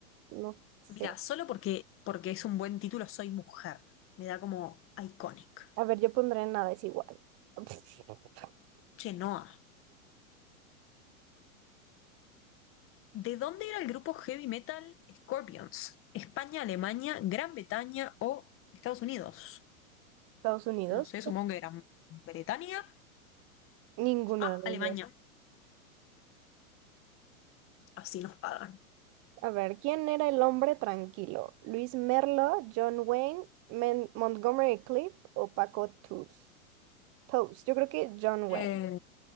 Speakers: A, on the right (about 35°); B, on the left (about 30°).
A: No sé.
B: Mira, solo porque, porque es un buen título, soy mujer. Me da como iconic.
A: A ver, yo pondré nada es igual. <laughs>
B: Chenoa. ¿De dónde era el grupo heavy metal Scorpions? ¿España, Alemania, Gran Bretaña o Estados Unidos?
A: Estados Unidos.
B: No sé, supongo que Gran Bretaña.
A: Ninguno
B: Ah,
A: de los
B: Alemania.
A: dos.
B: Así nos pagan.
A: A ver, ¿quién era el hombre tranquilo? ¿Luis Merlo, John Wayne, Men- Montgomery Cliff o Paco Tus- Toast? Yo creo que John Wayne.
B: Eh,